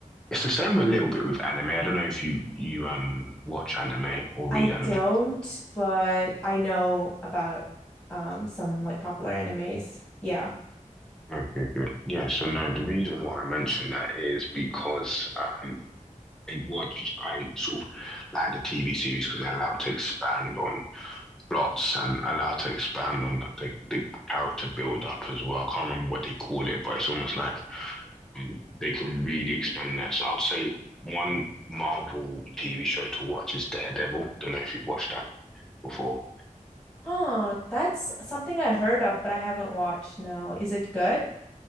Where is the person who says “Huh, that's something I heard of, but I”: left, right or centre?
Left